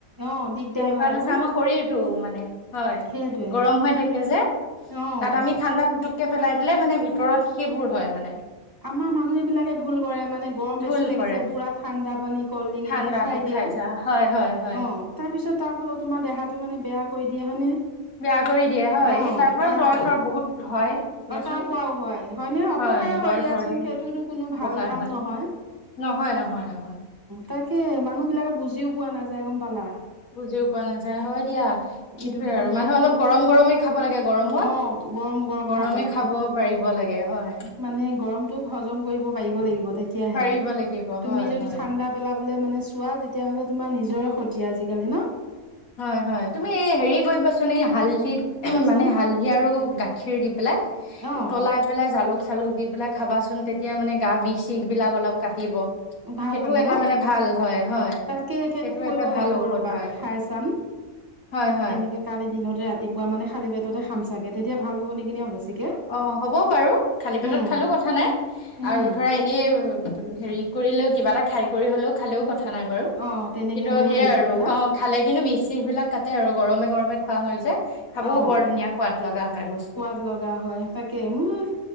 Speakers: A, on the right (about 15°); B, on the left (about 85°).
A: অহ, দিগদাৰ হয়
B: কাৰণ
A: আকৌ
B: হৈছে আমাৰ শৰীৰতটো মানে। হয়,
A: সেইটোৱে
B: গৰম হৈ থাকে যে,
A: অ
B: তাত আমি ঠাণ্ডা পুতুককে পেলাই দিলে মানে ভিতৰত সেইবোৰ হয় মানে।
A: আমাৰ মানুহ বিলাকে ভুল কৰে, মানে গৰম
B: ভুল
A: বেছি লাগিছে
B: কৰে
A: পুৰা ঠাণ্ডা পানী কল্ড ড্ৰিংক
B: ঠাণ্ডাটো
A: এনেকে খাই দিয়ে,
B: যা হয় হয় হয়
A: অহ, তাৰপিছত, তাৰফলত তোমাৰ দেহাটো মানে বেয়া কৰি দিয়ে, হয়নে?
B: বেয়া কৰি দিয়ে হয়,
A: অ
B: সেই তাৰ পৰা
A: কাহ
B: জ্বৰ চ্বৰ বহুত হয়। দিয়াচোন,
A: অ তাৰ পৰাও হয় হয়নে অপকাৰ
B: হয় জ্বৰ
A: দিয়াচোন
B: চৰ্দি অপকাৰ
A: সেইটোতো কোনো ভাল কাম
B: হয়।
A: নহয়
B: নহয়-নহয়-নহয়।
A: তাকেই মানুহবিলাকে বুজিও পোৱা নাযায়, গম পালা?
B: বুজিও পোৱা নাযায়, হয় দিয়া, সেইটোৱেই
A: ইটো সিটো
B: আৰু।
A: খাই
B: মানুহে অলপ গৰম গৰমেই খাব লাগে গৰমত।
A: অ গৰম গৰম
B: গৰমে
A: খাব লাগে,
B: পাৰিব লাগে হয়
A: মানে গৰমতোক হজম কৰিব পাৰিব লাগিব। তেতিয়াহে,
B: পাৰিব লাগিব
A: তুমি
B: হয়
A: যদি
B: হয়
A: ঠাণ্ডা পেলাবলে মানে চোৱা তেতিয়াহ'লে তোমাৰ নিজৰে ক্ষতি আজিকালি ন?
B: হয়-হয় তুমি এই হেৰি কৰিবাচোন, এই হাল
A: কোৱাচোন
B: মানে হালধি আৰু গাখীৰ দি পেলাই
A: অ
B: উতলাই পেলাই জালুক চালুক দি পেলাই খাবাচোন, তেতিয়া মানে গা বিষ-চিষ বিলাক অলপ কাটিব।
A: ভাল
B: সেইটো
A: হ'ব
B: এটা
A: ন
B: মানে ভাল, হয়-হয়
A: তাকে
B: সেইটো
A: কৰিব
B: এটা ভাল
A: লাগিব
B: ঔষধ
A: ৰ'বা
B: হয়।
A: খাই চাম,
B: হয় হয়
A: তেনেকে কালি দিনতে ৰাতিপুৱা মানে খালি পেটতে খাম চাগে। তেতিয়া ভাল হব নেকি অ বেছিকে
B: অ হ'ব বাৰু খালী পেটত
A: উম
B: খালেও কথা নাই,
A: উম
B: আৰু ধৰা এনেই হেৰি কৰিলেও কিবা এটা খাই কৰি হলেও খালেও ক কথা নাই বাৰু
A: অ তেনেকে
B: কিন্তু
A: বোলো
B: সেইয়া
A: হেৰি কৰি
B: আৰু
A: পেলা
B: অ খালে কিন্তু বিহ-চিহ বিলাক তাতে আৰু গৰমে গৰমে খোৱা হয় যে, খাবও
A: অ
B: বৰ ধুনীয়া সোৱাদ লগা হয় বস্ত
A: সোৱাদ লগা হয়। তাকে মই